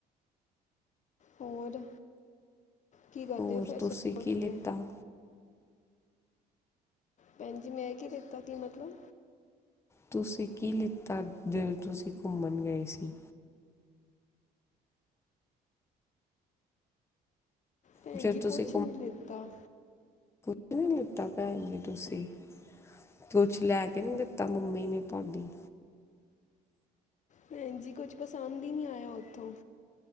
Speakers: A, on the left (about 45°); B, on the left (about 15°).
A: ਹੋਰ, ਕੀ ਕਰਦੇ
B: ਹੋਰ
A: ਹੋ ਫੇਰ
B: ਤੁਸੀਂ
A: ਸਵੇਰੇ
B: ਕੀ ਲਿੱਤਾ
A: ਕੇ ਭੈਣਜੀ ਮੈਂ ਕੀ ਦਿੱਤਾ ਕੀ ਮਤਲਬ
B: ਤੁਸੀਂ ਕੀ ਲਿੱਤਾ ਜਦੋਂ ਤੁਸੀਂ ਘੁੰਮਣ ਗਏ ਸੀ।
A: ਭੈਣ
B: ਜਦ
A: ਜ
B: ਤੁਸੀਂ
A: ਕੁਛ ਨੀ ਲਿਤਾ।
B: ਕੁ ਨੀ ਲਿੱਤਾ ਭੈਣ ਜੀ ਤੁਸੀਂ ਕੁਛ ਲੈ ਕੇ ਨੀ ਦਿੱਤਾ ਮੰਮੀ ਨੀ ਦਿੱਤਾ ਤੁਹਾਨੂੰ
A: ਭੈਣਜੀ ਕੁਛ ਪਸੰਦ ਹੀ ਨੀ ਆਇਆ ਉਥੋਂ